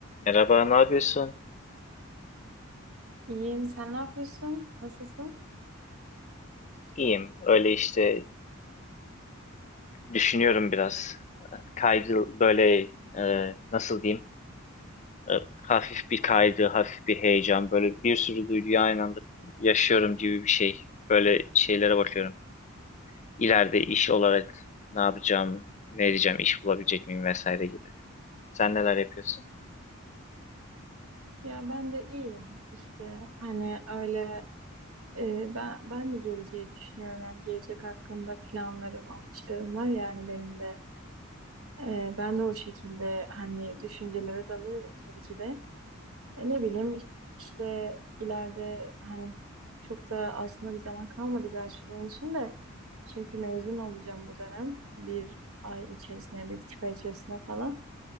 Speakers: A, on the left (about 35°); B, on the right (about 85°).
A: Merhaba, ne yapıyorsun?
B: İyiyim. Sen ne yapıyorsun? Nasılsın?
A: İyiyim. Öyle işte düşünüyorum biraz. Kaydı böyle e, nasıl diyeyim? E, hafif bir kaydı, hafif bir heyecan. Böyle bir sürü duyguyu aynı anda yaşıyorum gibi bir şey. Böyle şeylere bakıyorum. İleride iş olarak ne yapacağım, ne edeceğim, iş bulabilecek miyim vesaire gibi. Sen neler yapıyorsun?
B: Ya ben de iyiyim. İşte hani öyle e, ben ben de geleceği düşünüyorum. Yani gelecek hakkında planlarım, amaçlarım var yani benim de. E, ben de o şekilde hani düşüncelere dalıyorum tabii ki de. E, ne bileyim işte ileride hani çok da aslında bir zaman kalmadı gerçi bunun için de. Çünkü mezun olacağım bu dönem. Bir ay içerisinde, bir buçuk ay içerisinde falan.